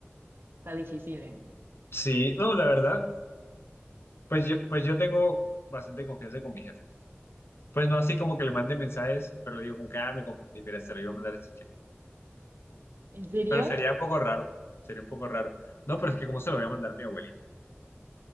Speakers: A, on the right; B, on the left.
A: Está difícil, ¿eh?
B: Sí, no, la verdad, pues yo, pues yo tengo bastante confianza con mi jefe. Pues no así como que le mande mensajes, pero digo, con cada me confundí, mira, se lo iba a mandar a este chico.
A: ¿En serio?
B: Pero sería un poco raro, sería un poco raro. No, pero es que cómo se lo voy a mandar a mi abuelita.